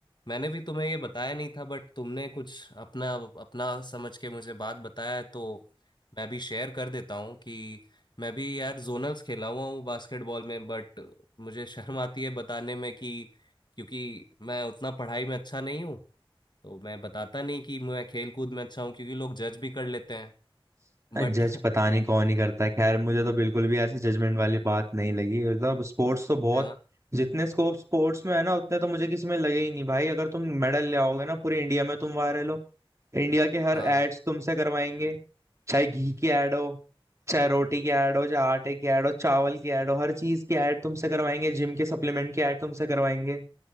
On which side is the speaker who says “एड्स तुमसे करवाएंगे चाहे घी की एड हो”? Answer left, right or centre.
Right